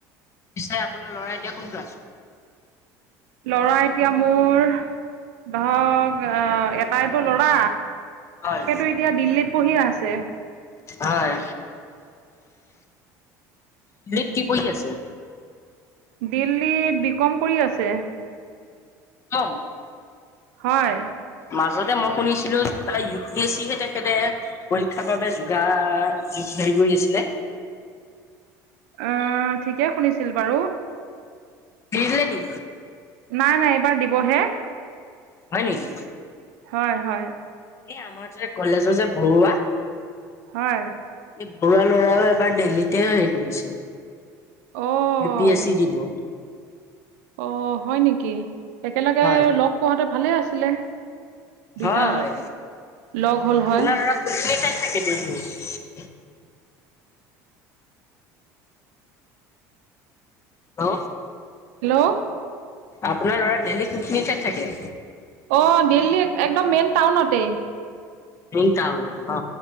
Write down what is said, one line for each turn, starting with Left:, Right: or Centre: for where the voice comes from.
Left: পিছে আপোনাৰ লৰাই এতিয়া কোন ক্লাছ?
Right: লৰা এতিয়া মোৰ, ধৰক এটাইতো ল'ৰা
Left: হয়
Right: সেইটো এতিয়া দিল্লীত পঢ়ি আছে।
Left: হয়। দিল্লীত কি পঢ়ি আছে?
Right: দিল্লীত বি কম কৰি আছে।
Left: অ।
Right: হয়।
Left: মাজতে মই শুনিছিলো কিবা ইউ পি এছ চিহে তেখেতে পৰীক্ষাৰ বাবে যোগাৰ হেৰি কৰি আছিলে।
Right: অ, ঠিকে শুনিছিল বাৰু।
Left: দি দিলে নি?
Right: নাই, নাই, এইবাৰ দিবহে।
Left: হয় নেকি?
Right: হয়, হয়।
Left: এই আমাৰ যে কলেজৰ যে বৰুৱা
Right: হয়।
Left: এই বৰুৱা ল'ৰাও এবাৰ দেলহীতে হেৰি কৰিছিল,
Right: অ'
Left: ইউ পি এছ চি দিব।
Right: অ, হয় নেকি? একেলগে
Left: হয়
Right: লগ পোৱা হেতে ভালে আছিলে।
Left: হয়
Right: দুইটা লগ হ'ল
Left: আপোনাৰ
Right: হয়।
Left: ল'ৰা <unintelligible> অ
Right: হেল্ল'।
Left: আপোনাৰ ল'ৰা দেলহীত কোনখিনি ঠাইত থাকে?
Right: অ দিল্লীত একদম মেইন টাউনতে।
Left: মেইন টাউনত অ।